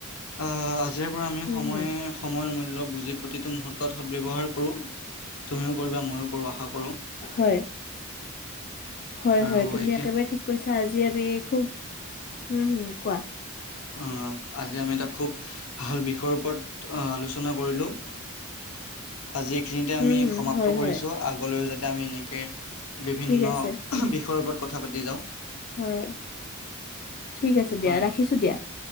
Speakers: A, on the left (about 75°); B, on the left (about 40°).
A: অঁ আজিৰে পৰা আমি
B: উম
A: সময়।
B: হম
A: সময়ৰ মূল্য বুজি প্ৰতিটো মুহূৰ্তত সদ ব্যৱহাৰ কৰোঁ, তুমিও কৰিবা ময়ো কৰোঁ আশা কৰোঁ।
B: হয়। হয়
A: আৰু
B: হয়, তুমি
A: এইখিনি
B: একেবাৰে ঠিক কৈছা আজি আমি খুব হম' হম' কোৱা।
A: অ আজি আমি এটা খুব। ভাল বিষয়ৰ ওপৰত আলোচনা কৰিলোঁ। আজি এইখিনিতে
B: উম
A: আমি
B: হম
A: সমাপ্ত
B: হয়
A: কৰিছোঁ
B: হয়
A: আগলৈও যাতে আমি এনেকৈ বিভিন্ন,
B: ঠিক আছে
A: বিষয়ৰ ওপৰত কথা পাতি যাওঁ।
B: হয়, ঠিক আছে দিয়া
A: হয়
B: ৰাখিছো দিয়া।